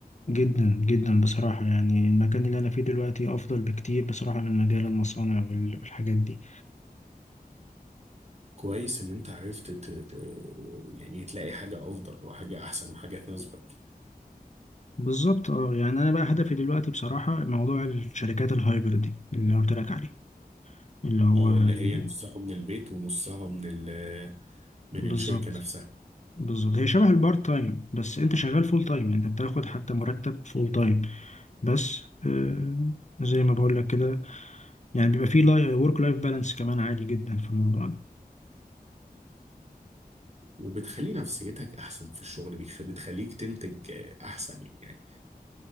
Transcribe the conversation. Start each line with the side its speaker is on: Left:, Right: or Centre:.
Left: جدا جدا بصراحة يعني المكان اللي انا فيه دلوقتي افضل بكتير بصراحة من مجال المصانع وال- والحاجات دي
Right: كويس إن أنت عرفت ت... ت... يعني تلاقي حاجة أفضل وحاجة أحسن وحاجة تناسبك
Left: بالظبط اه يعني انا بقى هدفي دلوقتي بصراحة موضوع الشركات الهايبرد دي اللي قلت لك عليه اللي هو
Right: أو اللي
Left: ي-
Right: هي نصها من البيت ونصها من ال... من
Left: بالظبط
Right: الشركة نفسها
Left: بالظبط هي شبه البارت تايم بس انت شغال فول تايم يعني انت بتاخد حتى مرتب فول تايم بس آه زي ما بقول لك كده يعني بيبقى فيه ورك لايف بالانس كمان عادي جدا في الموضوع ده
Right: وبتخلي نفسيتك احسن في الشغل بيخ- بتخليك تنتج آه، احسن يعني